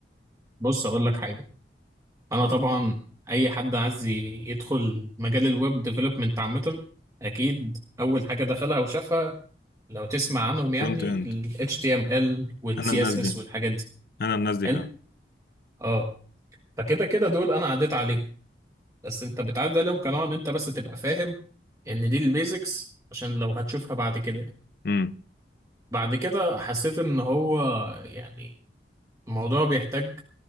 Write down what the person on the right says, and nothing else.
بص اقول لك حاجه انا طبعا اي حد عايز ي- يدخل مجال الويب ديفلوبمنت عامه اكيد اول حاجه دخلها وشافها لو تسمع عنهم يعني
ال HTML وال
CSS
والحاجات دي
حلو
اه فكده كده دول انا عديت عليهم بس انت بتعدي عليهم قناعة ان انت بس تبقى فاهم ان دي البيزكس عشان لو هتشوفها بعد كده يعني.
بعد كده حسيت ان هو يعني الموضوع بيحتاج